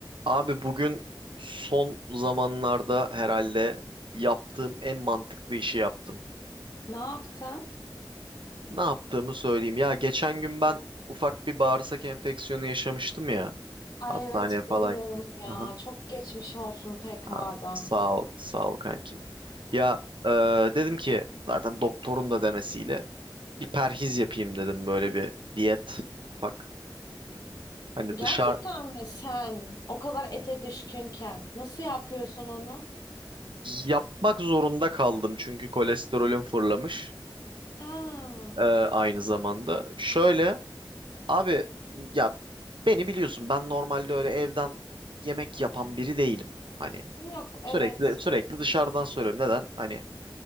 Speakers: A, on the right; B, on the left.
A: Abi bugün son zamanlarda herhalde yaptığım en mantıklı işi yaptım.
B: Ne yaptın?
A: Ne yaptığımı söyleyeyim. Ya geçen gün ben ufak bir bağırsak enfeksiyonu yaşamıştım ya.
B: Ay
A: Hastaneye
B: evet
A: falan
B: biliyorum
A: gittim.
B: ya.
A: Aha.
B: Çok geçmiş olsun tekrardan.
A: Aa, sağ ol, sağ ol kanki. Ya e, dedim ki zaten doktorun da demesiyle bir perhiz yapayım dedim böyle bir diyet. Bak hani
B: Gerçekten
A: dışarı
B: mi sen o kadar ete düşkünken nasıl yapıyorsun onu?
A: yapmak zorunda kaldım çünkü kolesterolüm fırlamış
B: Aa,
A: e, aynı zamanda. Şöyle Abi ya beni biliyorsun ben normalde öyle evden yemek yapan biri değilim. Hani
B: yok evet.
A: sürekli sürekli dışarıdan söylüyorum. Neden? Hani